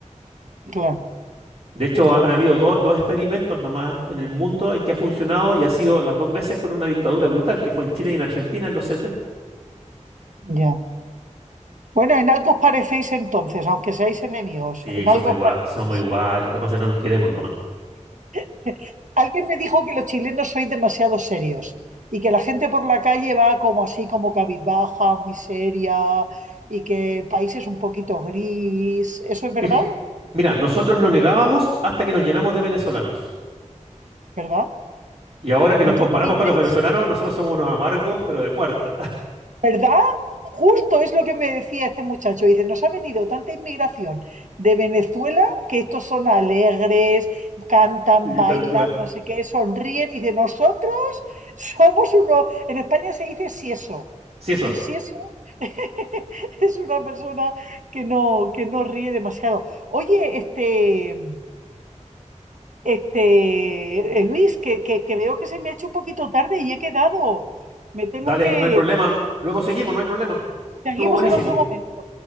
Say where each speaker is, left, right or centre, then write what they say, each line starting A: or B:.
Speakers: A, on the right (about 75°); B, on the right (about 50°).
A: claro,
B: De hecho, ha- han habido do- dos experimentos nomás en el mundo en que ha funcionado y ha sido las dos veces con una dictadura brutal, que fue en Chile y en Argentina en los 70.
A: ya. Bueno, en algo os parecéis entonces, aunque seáis enemigos,
B: Sí,
A: en
B: somos
A: algo
B: igual,
A: os parecéis.
B: somos iguales, la pasa es que no nos queremos nomás.
A: <laughs> Alguien me dijo que los chilenos sois demasiado serios y que la gente por la calle va como así, como cabizbaja, muy seria y que el país es un poquito gris. ¿Eso es verdad?
B: Fij- Mira, nosotros lo negábamos hasta que nos llenamos de venezolanos.
A: ¿Verdad?
B: Y ahora que
A: Y
B: nos
A: entonces
B: comparamos
A: visteis.
B: con los venezolanos, nosotros somos unos amargos, pero de cuarta. <laughs>
A: ¿Verdad? Justo es lo que me decía este muchacho. Dice, nos ha venido tanta inmigración de Venezuela que estos son alegres, cantan,
B: Sí,
A: bailan,
B: tal cual.
A: no sé qué, sonríen. Dice, nosotros somos uno, en España se dice sieso.
B: Sí, eso.
A: Un sieso <laughs> es una persona que no, que no ríe demasiado. Oye, este, este, eh, Luis, que, que que veo que se me ha hecho un poquito tarde y he quedado. Me tengo
B: Dale,
A: que...
B: no hay problema. Luego seguimos, no hay problema. Estuvo
A: Seguimos
B: buenísimo.
A: en otro momento.